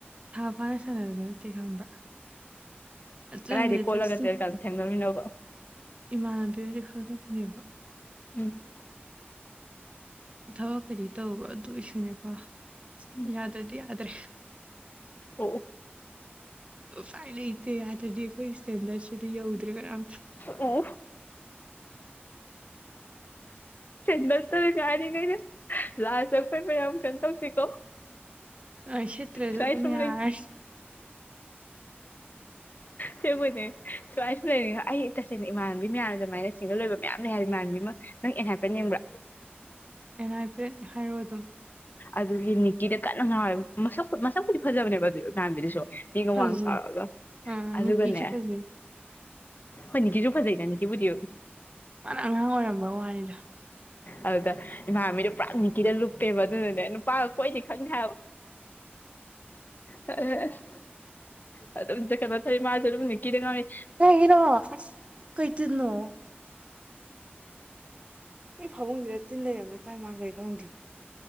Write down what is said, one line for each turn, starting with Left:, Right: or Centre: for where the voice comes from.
Right: ꯍꯥꯥ ꯄꯅꯦ ꯁ ꯂꯩꯕ ꯈꯪꯕ꯭ꯔꯥ ꯑꯗꯨ
Left: ꯀꯗꯥꯏꯗꯩ ꯀꯣꯠꯂꯒ
Right: ꯆꯠ
Left: ꯊꯦꯡꯅꯃꯤꯟꯅꯕ
Right: ꯏꯃꯥꯟꯅꯕꯤ ꯑꯣꯏꯗꯤ ꯈꯪꯗꯛꯄꯅꯦꯕ
Left: ꯎꯝ
Right: ꯊꯋꯥꯣ ꯈꯔꯤ ꯇꯧ ꯑꯗꯨ ꯑꯣꯏꯁꯨꯅꯦꯀꯣ
Left: ꯎꯝ
Right: ꯌꯥꯗ꯭ꯔꯗꯤ ꯌꯥꯗ꯭ꯔꯦ
Left: ꯑꯣ
Right: ꯐꯥꯏ ꯂꯩ ꯇꯦ ꯑꯗꯨꯗꯤ ꯑꯩꯈꯣꯏ ꯁꯇꯦꯟꯗꯔꯁꯤꯗꯤ ꯌꯧꯗ꯭ꯔꯦ ꯀꯅꯥꯝꯇ
Left: ꯑꯣ ꯏꯟꯗꯛꯇꯔ ꯀ‌ ꯍꯥꯏꯔꯤꯅꯤꯅꯦ ꯂꯥꯁꯇ ꯑꯈꫭꯏ ꯃꯌꯥꯝ ꯀꯟ ꯇꯧꯁꯤꯀꯣ
Right: ꯑꯩ ꯁꯤꯠꯇ꯭ꯔꯦꯖꯨ
Left: ꯁ꯭ꯋꯥꯏ
Right: ꯑꯗꯨꯝ
Left: ꯁꯨꯝ
Right: ꯌꯥꯔ
Left: ꯂꯩ ꯁꯦꯡꯕꯩꯅꯦ ꯁꯨꯃꯥꯏ ꯁꯨꯝ ꯂꯩꯅꯤꯡꯉꯦ ꯍꯥꯏ ꯑꯩ ꯇꯁꯦꯡꯅ ꯏꯃꯥꯟꯅꯕꯤ ꯃꯌꯥꯝ ꯑꯗꯨꯃꯥꯏꯅ ꯁꯤꯡꯒꯜ ꯑꯣꯏꯕ ꯃꯌꯥꯝ ꯂꯥꯩ ꯍꯥꯏꯕ ꯏꯃꯥꯟꯅꯕꯤ ꯑꯃ ꯅꯪ ꯑꯦꯟ ꯍꯥꯏꯄꯟ ꯌꯦꯡꯕ꯭ꯔꯥ
Right: ꯑꯦꯟ ꯑꯥꯏ ꯄꯦꯟ ꯍꯥꯏꯔꯣ ꯑꯗꯨꯝ
Left: ꯑꯗꯨꯒꯤ ꯅꯤꯀꯤꯗ ꯀꯟꯅ ꯉꯥꯎꯋꯦꯕ ꯃꯁꯛ ꯃꯁꯛꯄꯨꯗꯤ ꯐꯖꯕꯅꯦꯕ ꯑꯗꯨ ꯏꯃꯥꯟꯕꯤꯗꯨꯁꯨ ꯃꯤꯒ
Right: ꯐꯖꯩ
Left: ꯋꯥꯡ ꯆꯥꯎꯔꯒ
Right: ꯑꯥ
Left: ꯑꯗꯨꯒꯅꯦ
Right: ꯅꯤꯀꯤꯁꯨ ꯐꯖꯩ
Left: ꯍꯣꯏ ꯅꯤꯀꯤꯁꯨ ꯐꯖꯩꯗ ꯅꯤꯀꯤꯕꯨꯗꯤꯎ
Right: ꯃꯥꯅ ꯑꯉꯥꯡ ꯑꯣꯏꯔꯝꯕ ꯋꯥꯅꯤꯗ
Left: ꯑꯗꯨꯗ ꯏꯃꯥꯕꯤꯗꯨ ꯄꯨꯔꯥ ꯅꯤꯀꯤꯗ ꯂꯨꯞꯄꯦꯕ ꯑꯗꯨꯅ ꯅꯨꯄꯥꯒ ꯀꯣꯏꯅꯤ ꯈꯪꯗꯦ ꯍꯥꯏꯕ ꯑ ꯑꯁ <unintelligible> ꯑꯗꯨꯝ ꯀ ꯊꯔꯤ ꯃꯥꯖ ꯂ ꯀꯗꯤ ꯉꯝꯃꯦ <unintelligible>
Right: ꯀꯩꯒꯤꯅꯣ ꯀꯩ ꯇꯤꯟꯅꯣ ꯑꯩ ꯐꯥꯕꯨꯡꯁꯤꯗ ꯇꯤꯟ ꯂꯩꯔꯝꯃꯦ ꯀꯥꯏ ꯃꯥꯡꯒꯦ ꯈꯪꯗꯦ